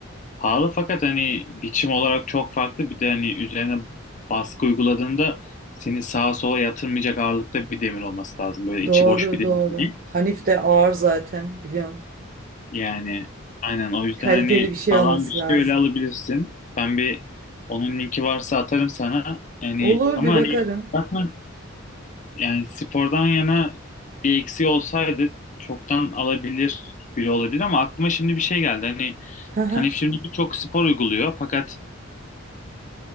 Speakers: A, on the left; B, on the right.
A: pahalı fakat hani biçim olarak çok farklı. Bir de hani üzerine baskı uyguladığında seni sağa sola yatırmayacak ağırlıkta bir demir olması lazım. Böyle içi
B: Doğru
A: boş bir
B: doğru.
A: demir değil.
B: Hanif de ağır zaten biliyorsun.
A: Yani aynen o yüzden
B: Kaliteli
A: hani
B: bir şey
A: sağlam
B: olması
A: bir şey
B: lazım.
A: öyle alabilirsin. Ben bir onun linki varsa atarım sana. Yani
B: Olur
A: ama
B: bir
A: hani
B: bakarım.
A: zaten yani spordan yana bir eksiği olsaydı çoktan alabilir biri olabilir ama aklıma şimdi bir şey geldi. Hani
B: Hı hı.
A: hani şimdi birçok spor uyguluyor fakat